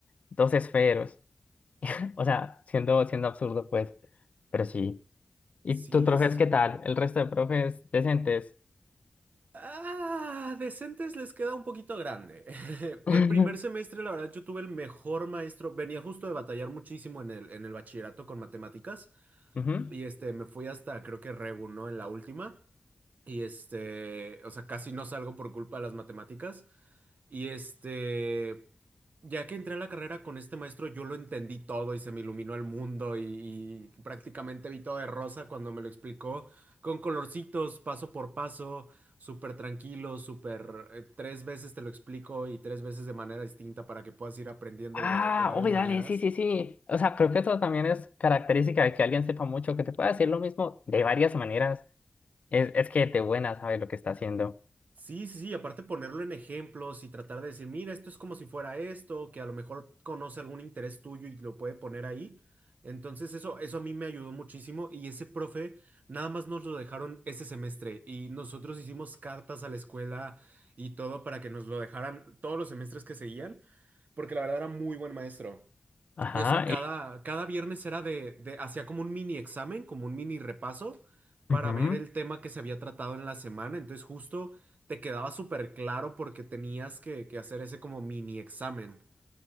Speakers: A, on the left; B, on the right.
A: dos esferos. O sea, siendo, siendo absurdo, pues. Pero sí. ¿Y
B: Sí,
A: tus profes
B: sí, sí.
A: qué tal? ¿El resto de profes decentes?
B: Ah, decentes les queda un poquito grande. <laughs>
A: <laughs>
B: El primer semestre, la verdad, yo tuve el mejor maestro. Venía justo de batallar muchísimo en el, en el bachillerato con matemáticas.
A: Ujú.
B: Y este, me fui hasta creo que Regu, ¿no? En la última. Y este, o sea, casi no salgo por culpa de las matemáticas. Y este, ya que entré a la carrera con este maestro, yo lo entendí todo y se me iluminó el mundo y, y prácticamente vi todo de rosa cuando me lo explicó con colorcitos, paso por paso, súper tranquilo, súper... eh, tres veces te lo explico y tres veces de manera distinta para que puedas ir aprendiéndolo
A: Ah,
B: de, de varias
A: uy,
B: maneras.
A: dale, sí, sí, sí. O sea, creo que eso también es característica de que alguien sepa mucho, que te pueda decir lo mismo de varias maneras. Es, es que de buena sabe lo que está haciendo.
B: Sí, sí, sí, aparte ponerlo en ejemplos y tratar de decir, mira, esto es como si fuera esto, que a lo mejor conoce algún interés tuyo y lo puede poner ahí. Entonces eso, eso a mí me ayudó muchísimo y ese profe nada más nos lo dejaron ese semestre y nosotros hicimos cartas a la escuela y todo para que nos lo dejaran todos los semestres que seguían, porque la verdad era muy buen maestro.
A: Ajá.
B: Y o sea, cada,
A: y-
B: cada viernes era de, de- hacía como un mini examen, como un mini repaso para
A: ujú.
B: ver el tema que se había tratado en la semana. Entonces justo te quedaba súper claro porque tenías que, que hacer ese como mini examen.